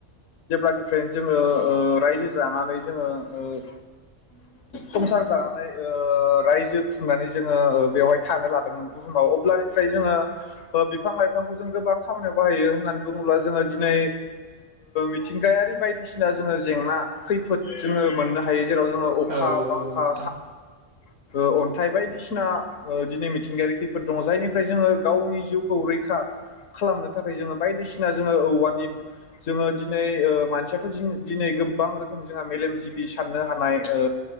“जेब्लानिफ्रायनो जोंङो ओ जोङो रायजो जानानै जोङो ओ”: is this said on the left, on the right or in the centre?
Left